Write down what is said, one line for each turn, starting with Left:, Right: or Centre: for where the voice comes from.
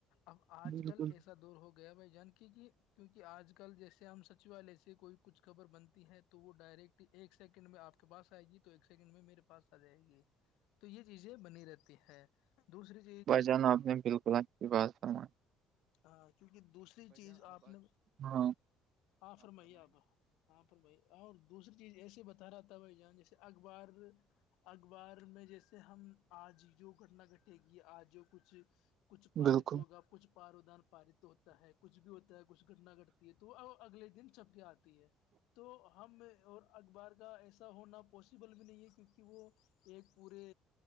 Left: اب آج
Right: بالکل
Left: کل ایسا دور ہو گیا بھائی جانکی کہ کیونکہ آج کل جیسے ہم سچیوالیہ سے کوئی کچھ خبر بنتی ہے تو وہ ڈائریکٹ ایک سیکنڈ میں آپ کے پاس آئے گی تو ایک سیکنڈ میں میرے پاس آ جائے گی تو یہ چیزیں بنی رہتی ہے دوسری <unintelligible>
Right: ب جان آپ نے بالکل آچ کی بات فم
Left: ہاں کیونکہ دوسری چیز آپ نے
Right: ہاں
Left: ہاں فرمائی آپ یہاں پر بھائی اور دوسری چیز ایسے بتا رہا تھا بھائی جاں جیسے اخبار اخبار میں جیسے ہم آج جو گھٹنا گھٹے گی آج کچھ کچھ پارت
Right: بالکل
Left: ہوگا کچھ پارودان پارت ہوتا ہے کچھ بھی ہوتا ہے کچھ گھٹنا گٹتی ہے تو اگلے دن چھپ کے آتے ہے تو ہم اور اخبار کا ایسا ہونا پاسبل بھی نہیں ہے کیونکہ وہ ایک پورے